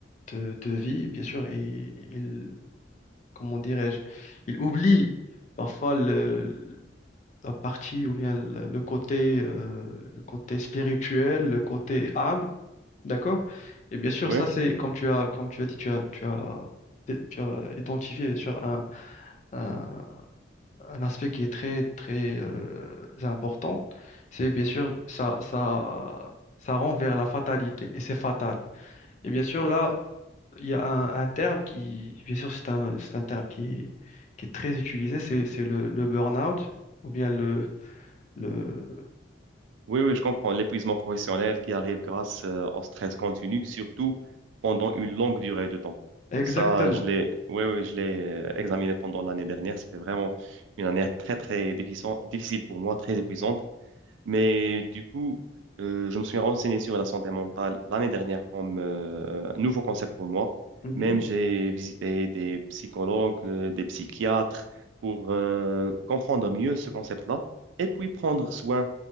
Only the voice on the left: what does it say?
de, de vie, bien sûr, et ils, comment dirais-je, ils oublient parfois le, la partie ou bien le, le côté, euh, le côté spirituel, le côté âme. D'accord? Et bien sûr,
ça, c'est comme tu as, comme tu as dit, tu as, tu as, tu as identifié sur un, un, un aspect qui est très, très euh, important. C'est bien sûr, ça, ça, ça rend vers la fatalité et c'est fatal. Et bien sûr, là, il y a un, un terme qui, bien sûr, c'est un, c'est un terme qui, qui est très utilisé, c'est, c'est le, le burn-out ou bien le, le...
Exactement.
Mhm.